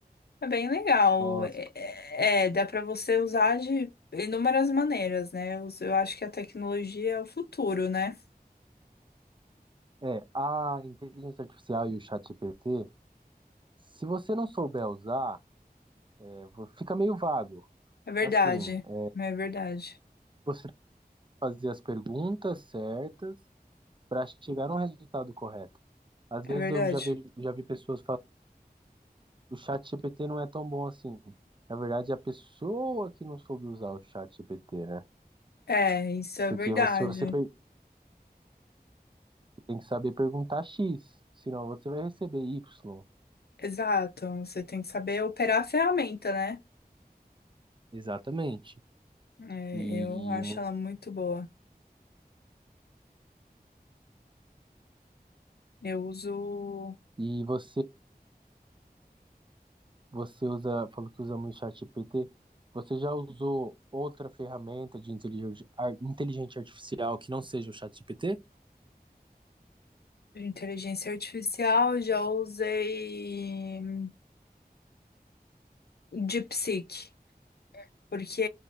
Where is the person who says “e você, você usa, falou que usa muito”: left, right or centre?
Right